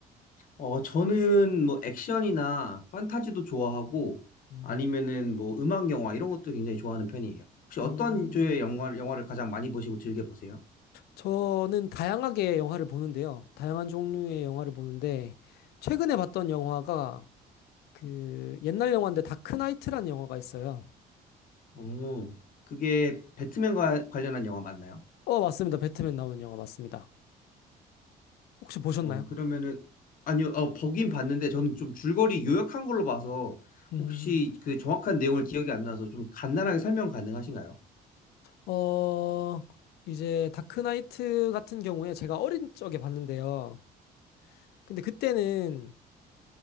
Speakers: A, on the left; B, on the left.
A: 어, 저는 뭐 액션이나 판타지도 좋아하고
B: 음,
A: 아니면은 뭐 음악 영화 이런 것도 굉장히 좋아하는 편이에요. 혹시 어떤
B: 음,
A: 조의 영화, 영화를 가장 많이 보시고 즐겨 보세요?
B: 저는 다양하게 영화를 보는데요. 다양한 종류의 영화를 보는데 최근에 봤던 영화가 그 옛날 영화인데 다크나이트라는 영화가 있어요.
A: 어, 그게 배트맨과 관련한 영화 맞나요?
B: 어, 맞습니다. 배트맨 나오는 영화 맞습니다. 혹시 보셨나요?
A: 어, 그러면은 아니요, 어, 보긴 봤는데 저는 좀 줄거리 요약한 걸로 봐서
B: 음,
A: 혹시 그 정확한 내용을 기억이 안 나서 좀 간단하게 설명 가능하신가요?
B: 어, 이제 다크나이트 같은 경우에 제가 어린 적에 봤는데요. 근데 그때는